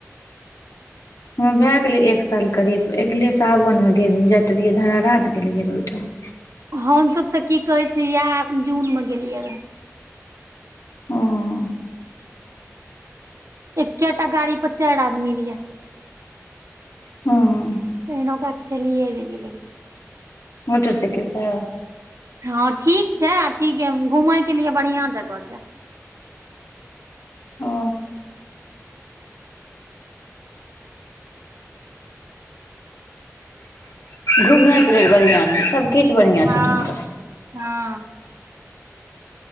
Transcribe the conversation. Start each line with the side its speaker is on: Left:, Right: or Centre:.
Left: हमर भए गेलै एक साल करीब एगले सावनमे गेल जाइत रहियै धरा रात गेलियै रहऽ'ओहिठाम।
Right: हमसभ तऽ'की कहै छी इएह जून मे गेलियै रह।
Left: हँ। <unintelligible>
Right: एकेटा गाड़ी पर चारि आदमी रीए।
Left: हँ। <unintelligible>
Right: केहनोकऽ चलिए गेलीए लेकिन। <unintelligible>
Left: मोटरसइकल से।
Right: हँ ठीक छै अथि के घूमय के लिए बढ़िया जगह छै।
Left: ओ। घुमएके लेल बढ़ियाँ छै सबकिछ बढ़ियाँ
Right: हँ
Left: छै ओठुमका।
Right: हँ।